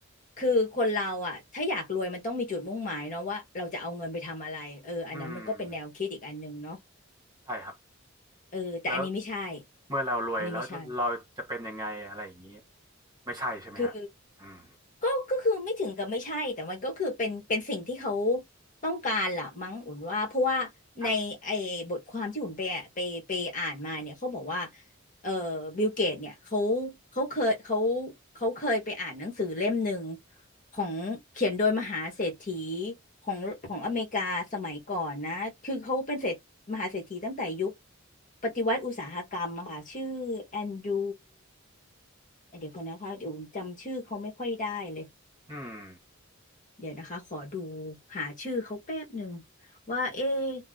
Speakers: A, on the left; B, on the right.
A: คือคนเราอ่ะถ้าอยากรวยมันต้องมีจุดมุ่งหมายเนาะว่าเราจะเอาเงินไปทำอะไรเอออันนั้นมันก็เป็นแนวคิดอีกอันหนึ่งเนาะ
B: อืมใช่ครับ
A: เออแต่อันนี้ไม่ใช่
B: แล้วเมื่อเรารวยแล้วเราจะเป็นยังไงอะไรอย่างนี้
A: อันนี้ไม่ใช่
B: ไม่ใช่ใช่ไหมฮะอืม
A: คือ ก็ก็คือไม่ถึงกับไม่ใช่ แต่มันก็คือเป็นเป็นสิ่งที่เขาต้องการล่ะมั้งอุ่นว่า เพราะว่าในไอ้บทความที่อุ่นไปอ่ะไปไปอ่านมาเนี่ยเขาบอกว่า
B: ครับ
A: เอ่อบิลเกตเนี่ยเขาเขาเคยเขาเขาเคยไปอ่านหนังสือเล่มหนึ่งของเขียนโดยมหาเศรษฐีของของอเมริกาสมัยก่อนนะ คือเขาเป็นเศรษฐมหาเศรษฐีตั้งแต่ยุคปฏิวัติอุตสาหกรรมอะค่ะชื่อแอนดรูเดี๋ยวก่อนนะคะเดี๋ยวอุ่นจำชื่อเขาไม่ค่อยได้เลย
B: อืม
A: เดี๋ยวนะคะ ขอดูหาชื่อเขาแป๊บหนึ่งว่าเอ๊ะ